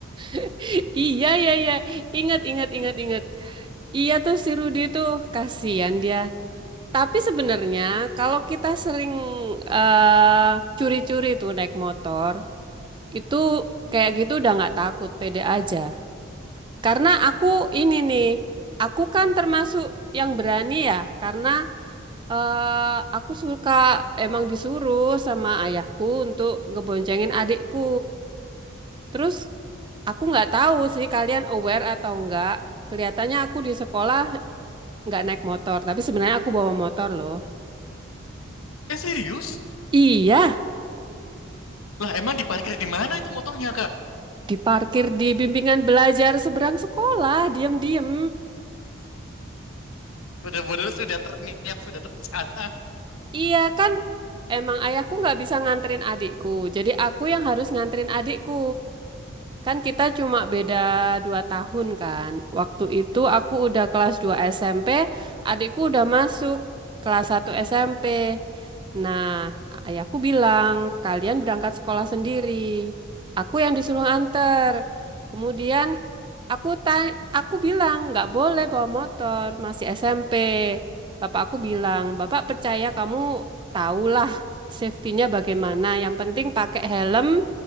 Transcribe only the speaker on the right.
<laughs> Iya ya ya. Ingat ingat ingat ingat. Iya tuh si Rudy tuh kasihan dia. Tapi sebenarnya kalau kita sering eh, curi-curi tuh naik motor, itu kayak gitu udah nggak takut, pede aja. Karena aku ini nih, aku kan termasuk yang berani ya, karena eh, aku suka emang disuruh sama ayahku untuk ngeboncengin adikku. Terus aku nggak tahu sih kalian aware atau enggak. Kelihatannya aku di sekolah nggak naik motor, tapi sebenarnya aku bawa motor loh.
Iya,
diparkir di bimbingan belajar seberang sekolah, diam-diam.
Iya kan, emang ayahku nggak bisa nganterin adikku, jadi aku yang harus nganterin adikku. Kan kita cuma beda dua tahun kan. Waktu itu aku udah kelas 2 SMP, adikku udah masuk kelas 1 SMP. Nah, ayahku bilang, kalian berangkat sekolah sendiri. Aku yang disuruh anter. Kemudian aku tanya, aku bilang, nggak boleh bawa motor, masih SMP. Bapak aku bilang, Bapak percaya kamu tahulah safety-nya bagaimana. Yang penting pakai helm,